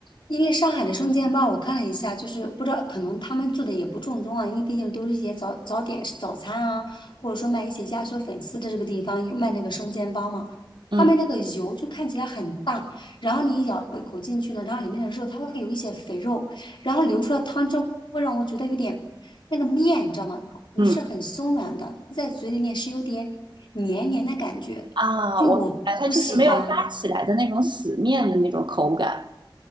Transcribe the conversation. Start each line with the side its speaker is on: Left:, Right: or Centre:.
Left: 因为上海的生煎包，我看了一下，就是不知道可能他们做的也不正宗啊，因为毕竟都是一些早早点早餐啊，或者说卖一些鸭血粉丝的这个地方有卖那个生煎包嘛，
Right: 嗯
Left: 他们那个油就看起来很大，然后你一咬一口进去呢，然后里面的肉它会有一些肥肉，然后流出来汤汁会让我觉得有点那个面，你知道吗？它不是很松软的，
Right: 嗯
Left: 在嘴里面是有点黏黏的感觉，
Right: 啊，
Left: 就我不喜欢。
Right: 我明白，它就是没有发起来的那种死面的那种口感。